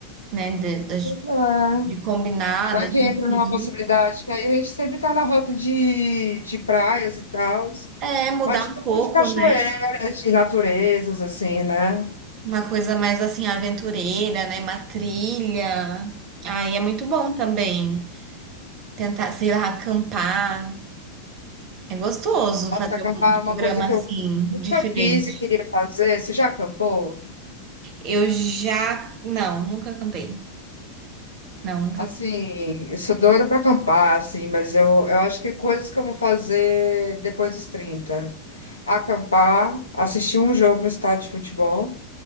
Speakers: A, on the right (about 40°); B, on the left (about 80°).
A: né? De, das-
B: Pois é.
A: de combinar,
B: Vai
A: da
B: que
A: gente
B: entra numa
A: ir.
B: possibilidade, que aí a gente sempre tá na rota de, de praias e tal,
A: É, mudar
B: mas de
A: um
B: pouco
A: pouco,
B: de cachoeiras,
A: né?
B: de naturezas, assim, né?
A: Uma coisa mais assim, aventureira, né? Uma trilha. Aí é muito bom também. Tentar, sei lá, acampar. É gostoso
B: Nossa,
A: fazer
B: acampar
A: um programa
B: é uma coisa que
A: assim,
B: eu
A: diferente.
B: nunca fiz e queria fazer. Você já acampou?
A: Eu já. Não, nunca acampei. Não, nunca.
B: Assim, eu sou doida pra acampar, assim, mas eu, eu acho que coisas que eu vou fazer depois dos 30, Acampar, assistir um jogo no estádio de futebol,